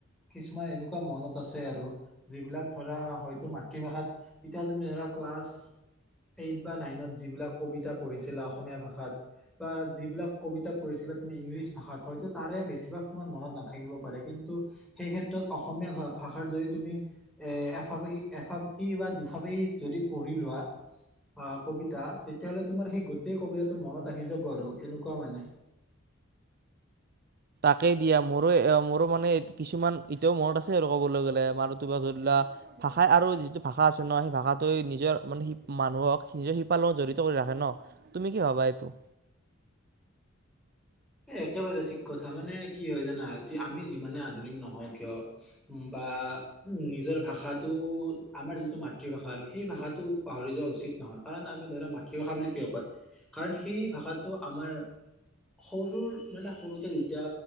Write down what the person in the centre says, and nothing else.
কিছুমান এনেকুৱা মনত আছে আৰু যিবিলাক ধৰা হয়তো মাতৃভাষাত এতিয়া তুমি ধৰা ক্লাছ এইট বা নাইনত যিবিলাক কবিতা পঢ়িছিলা অসমীয়া ভাষাত বা যিবিলাক কবিতা পঢ়িছিলা তুমি ইংলিছ ভাষাত হয়তো তাৰে বেছিভাগ তোমাৰ মনত নাথাকিব পাৰে কিন্তু সেই ক্ষেত্ৰত অসমীয়া ভাষাৰ যদি তুমি এফাক এফাকি বা দুফাকি যদি পঢ়ি লোৱা আহ কবিতা তেতিয়াহ'লে তোমাৰ সেই গোটেই কবিতাটো মনত আহি যাব আৰু এনেকুৱা মানে।
এ একেবাৰে ঠিক কথা মানে কি হয় জানা আমি যিমানে আধুনিক নহওঁ কিয় বা উ নিজৰ ভাষাটো আমাৰ যিটো মাতৃভাষা আৰু সেই ভাষাটো পাহৰি যোৱা উচিত নহয় কাৰণ আমি ধৰা মাতৃভাষা বুলি কিয় কয় কাৰণ সেই ভাষাটো আমাৰ সৰুৰ মানে সৰুতে যেতিয়া